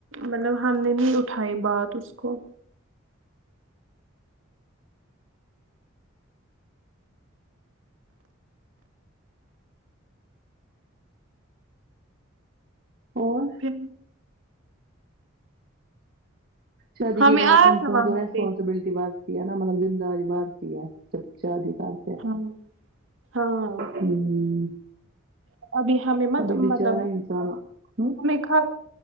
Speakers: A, on the right; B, on the right.
A: مطلب ہم نے نہیں اٹھائی بات اس کو
B: اور
A: پھر
B: شادی
A: ہمیں
B: کے
A: آیا
B: بعد انسان
A: تھا وہاں
B: کو ریسپانسبلٹی
A: پہ
B: بات ہے نہ مطلب زندہ بھرتی ہے جب شادی کر
A: ہاں ہاں
B: ہ
A: ابھی ہمیں مت
B: ابھی بچارا
A: مطلب
B: انسان ہاں
A: ہمیں خل